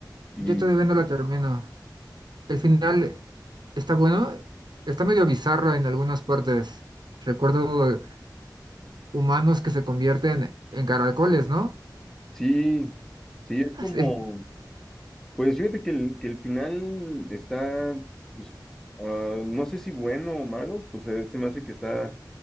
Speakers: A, in the centre; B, on the right (about 70°).
A: y
B: Yo todavía no la termino. El final está bueno, está medio bizarro en algunas partes. Recuerdo humanos que se convierten en caracoles, ¿no?
A: sí, sí, es como,
B: <laughs> Sí.
A: pues fíjate que el, que el final está, pues, ah, no sé si bueno o malo, pues eh, se me hace que está,